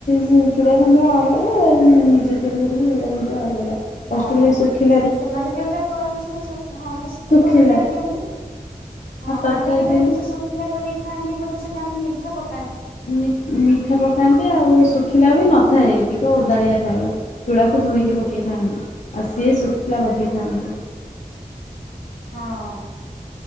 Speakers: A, on the left (about 55°); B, on the left (about 85°).
A: ସି ଚୁଡା ସନ୍ତୁଳା ଅଲଗା ନିଜେ ତିଆରି କରିବୁ ଚୁଡ଼ା ସନ୍ତୁଳା ଅଲଗା।
B: ହଁ
A: ହଷ୍ଟେଲରେ ଶୁଖି
B: ସେମାନେ ଯୋଉଟା କରନ୍ତି ସେଟା ଶୁ ହଁ ତା ସହିତ
A: ଶୁଖିଲା
B: ତରକାରୀ ଦିଅନ୍ତି। ହଁ
A: ଆଉ ତରକାରୀ
B: ଆମେ ଯୋଉଟା
A: ଦିଅନ୍ତି।
B: ନିଜେ ଶୁଖିଲା କରିକି ଖାଆନ୍ତି ବୋଧେ ସେଟା ଆମେ ମିଠା ପ
A: ମି ମିଠା ପକାନ୍ତି ଆଉ ଶୁଖିଲା ବି ନଥାଏ ଟିକେ ଓଦାଳିଆ ଥାଏ। ଚୂଡ଼ାକୁ ଧୋଇକି ପକେଇଥାନ୍ତି ଆଉ ସିଏ ଶୁଖିଲା ପକେଇଥାନ୍ତି।
B: ହଁ।